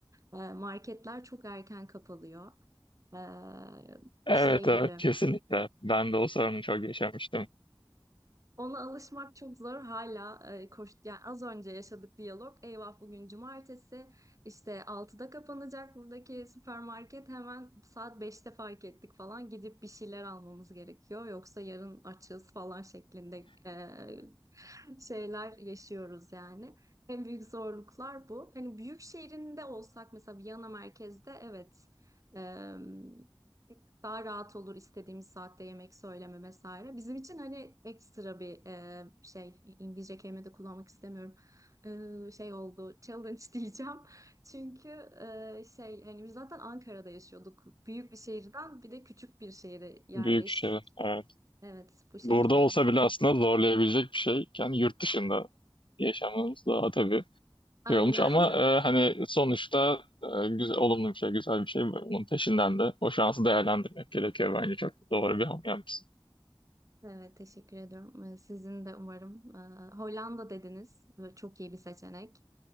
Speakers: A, on the right; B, on the left.
A: Ee, marketler çok erken kapalıyor. Ee,
B: Evet,
A: şey gibi.
B: evet kesinlikle. Ben de o sorunu çok yaşamıştım.
A: Ona alışmak çok zor hala e, koş yani az önce yaşadık diyalog. Eyvah bugün cumartesi işte altıda kapanacak buradaki süpermarket hemen saat beşte fark ettik falan gidip bir şeyler almamız gerekiyor. Yoksa yarın açız falan şeklinde e, şeyler yaşıyoruz yani. En büyük zorluklar bu. Hani büyük şehrinde olsak mesela Viyana merkezde evet em, daha rahat olur istediğimiz saatte yemek söyleme vesaire. Bizim için hani ekstra bir e, şey İngilizce kelime de kullanmak istemiyorum. E, şey oldu challenge <laughs> diyeceğim. Çünkü e, şey hani biz zaten Ankara'da yaşıyorduk. Büyük bir şehirden bir de küçük bir şehire yerleştik.
B: Büyük şey. Evet.
A: Evet bu şekilde.
B: Burada olsa bile aslında zorlayabilecek bir şey. Yani yurt dışında yaşamamız daha tabii
A: Aynen.
B: şey olmuş ama
A: <laughs>
B: e, hani sonuçta e, güzel, olumlu bir şey, güzel bir şey. Bunun peşinden de o şansı değerlendirmek gerekiyor bence. Çok doğru bir hamle yapmışsın.
A: Evet, teşekkür ediyorum. Ee, Sizin de umarım. Ee, Hollanda dediniz. Böyle Çok iyi bir seçenek.